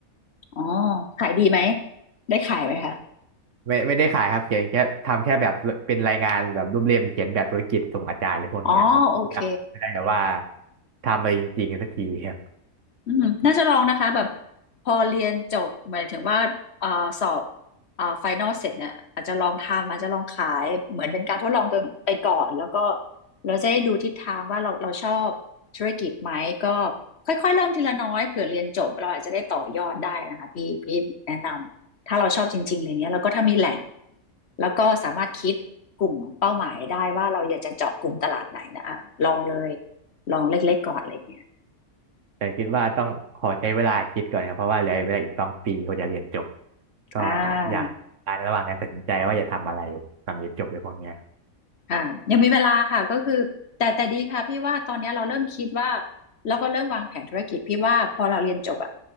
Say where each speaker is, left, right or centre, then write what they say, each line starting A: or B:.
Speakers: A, on the left; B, on the right.
A: อ๋อขายดีไหมได้ขายไหมคะ
B: ไม่ไม่ได้ขายครับเขียนแค่ทำแค่แบบเป็นรายงานแบบรูปเล่มเขียนแบบธุรกิจส่งอาจารย์อะไรพวกเนี้ยครับยังไม่ได้แบบว่า
A: อ๋อโอเค
B: ทำอะไรจริงๆสักทีครับ
A: อืมน่าจะลองนะคะแบบพอเรียนจบหมายถึงว่าเอ่อสอบเอ่อไฟนอลเสร็จเนี่ยอาจจะลองทำอาจจะลองขายเหมือนเป็นการทดลองตัวไปก่อนแล้วก็เราจะได้ดูทิศทางว่าเราเราชอบธุรกิจไหมก็ค่อยๆเริ่มทีละน้อยเผื่อเรียนจบเราอาจจะได้ต่อยอดได้นะคะพี่พี่แนะนำถ้าเราชอบจริงๆอะไรเงี้ยแล้วก็ถ้ามีแหล่งแล้วก็สามารถคิดกลุ่มเป้าหมายได้ว่าเราอยากจะเจาะกลุ่มตลาดไหนนะอะลองเลยลองเล็กๆก่อนอะไรเงี้ย
B: แต่คิดว่าต้องขอใช้เวลาคิดก่อนครับเพราะว่าเหลือเวลาอีกสองปีก็จะเรียนจบก็
A: อ่า
B: อยากอนระหว่างนั้นตัดสินใจว่าจะทำอะไรหลังเรียนจบในพวกเนี้ย
A: ค่ะยังมีเวลาค่ะก็คือแต่แต่ดีค่ะพี่ว่าตอนเนี้ยเราเริ่มคิดว่าแล้วก็เริ่มวางแผนธุรกิจพี่ว่าพอเราเรียนจบอ่ะ